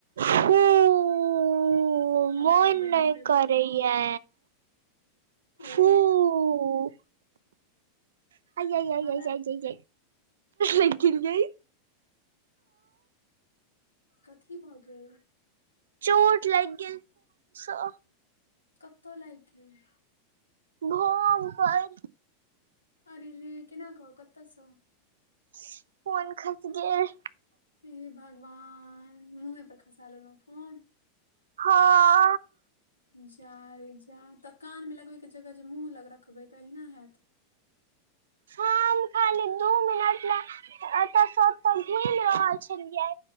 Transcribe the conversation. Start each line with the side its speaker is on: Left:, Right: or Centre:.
Right: हूं ऊं ऊं ऊं,
Left: हमरा
Right: मोन
Left: तऽ बड
Right: नहि
Left: नीक लगैया
Right: करैये।
Left: माछ
Right: फू
Left: ओ
Right: ऊ ऊ ऊ। <unintelligible> चोट
Left: हमरा
Right: लागि गेल ये।
Left: कथी भऽ गेल?
Right: चोट लायग गेल स
Left: कतऽ लाइग गेल?
Right: भोम पर।
Left: अरे रे, केना क, कतऽसँ?
Right: फोन खस गेल।
Left: हे भगवान, मुँहे पर खसा लेलों फोन।
Right: हँ।
Left: जा रे जा, तऽ कान मे लगबे के जगह जे मुँह लग रखबै तऽ अहिना हैत।
Right: हम खाली दू मिनट लऽ एतय सब ओतऽ घुमि रहल छलियै,